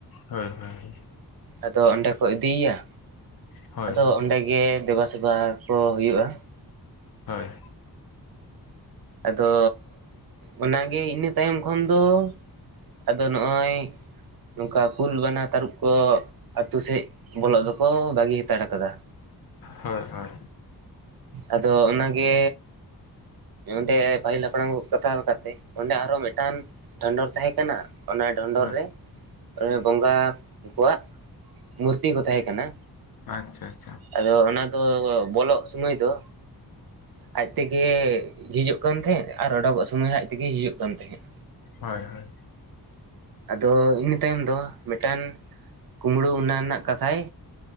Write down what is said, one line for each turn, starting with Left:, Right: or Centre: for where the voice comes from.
Left: ᱦᱳᱭ ᱦᱳᱭ᱾
Right: ᱟᱫᱚ ᱚᱸᱰᱮ ᱠᱚ ᱤᱫᱤᱭᱭᱟ
Left: ᱦᱳᱭ
Right: ᱟᱫᱚ
Left: ᱦᱳᱭ
Right: ᱚᱸᱰᱮ ᱜᱮ ᱫᱮᱵᱟ ᱥᱮᱵᱟ ᱠᱚ ᱦᱩᱭᱩᱜᱼᱟ᱾
Left: ᱦᱳᱭ
Right: ᱟᱫᱚ ᱚᱱᱟᱜᱮ ᱤᱱᱟᱹ ᱛᱟᱭᱚᱢ ᱠᱷᱚᱱ ᱫᱚ ᱟᱫᱚ ᱱᱚᱜᱼᱚᱭ ᱱᱚᱝᱠᱟ ᱠᱩᱞ ᱵᱟᱱᱟ ᱛᱟᱹᱨᱩᱯ ᱠᱚ ᱟᱛᱳ ᱥᱮᱫ ᱵᱚᱞᱚᱜ ᱫᱚᱠᱚ ᱵᱟᱹᱜᱤ ᱦᱟᱛᱟᱲ ᱟᱠᱟᱫᱟ᱾
Left: ᱦᱳᱭ ᱦᱳᱭ᱾
Right: ᱟᱫᱚ ᱚᱱᱟ ᱜᱮ᱾ ᱚᱸᱰᱮ ᱯᱟᱹᱦᱤᱞ ᱦᱟᱯᱲᱟᱢ ᱠᱚ ᱠᱟᱛᱷᱟ ᱞᱮᱠᱟᱛᱮ ᱚᱸᱰᱮ ᱟᱨᱚ ᱢᱤᱫᱴᱟᱝ ᱰᱷᱚᱸᱰᱚᱨ ᱛᱟᱦᱮᱸ ᱠᱟᱱᱟ ᱚᱱᱟ ᱰᱷᱚᱸᱰᱚᱨ
Left: ᱦᱳᱭ
Right: ᱨᱮ ᱵᱚᱸᱜᱟ ᱠᱚᱣᱟᱜ ᱢᱩᱨᱛᱤ ᱠᱚ ᱛᱟᱦᱮᱸ ᱠᱟᱱᱟ᱾
Left: ᱟᱪᱪᱷᱟ ᱟᱪᱪᱷᱟ᱾
Right: ᱟᱫᱚ ᱚᱱᱟ ᱫᱚ ᱵᱚᱞᱚᱜ ᱥᱩᱢᱚᱭ ᱫᱚ ᱟᱡ ᱛᱮᱜᱮ ᱡᱷᱤᱚᱩᱜ ᱠᱟᱱ ᱛᱟᱦᱮᱸᱜ ᱟᱨ ᱚᱰᱚᱠᱠᱚᱜ ᱥᱳᱚᱢᱚᱭ ᱦᱟᱸ ᱟᱭᱟᱛᱮᱜᱮ ᱦᱤᱡᱩᱜ ᱠᱟᱱ ᱛᱟᱦᱮᱸᱫ᱾
Left: ᱦᱳᱭ ᱦᱳᱭ
Right: ᱟᱫᱚ ᱤᱱᱟᱹ ᱛᱟᱭᱚᱢ ᱫᱚ ᱢᱤᱫᱴᱟᱱ ᱠᱩᱢᱵᱽᱲᱩ ᱚᱱᱟ ᱨᱮᱱᱟᱜ ᱠᱟᱛᱷᱟᱭ